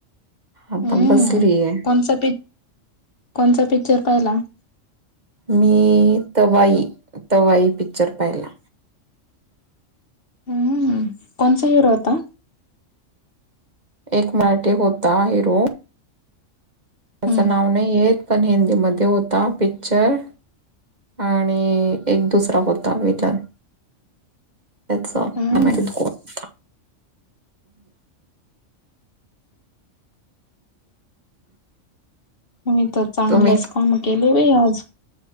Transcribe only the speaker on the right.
आता
बसलीये.
मी तवाई, तवाई पिकच्चर पाहिला.
एक मराट होता हिरो त्याचं
नाव नाही येत पण हिंदीमध्ये होता पिक्चर आणि एक दुसरा होता वटन त्याच मना
कोण होता
तुम्ही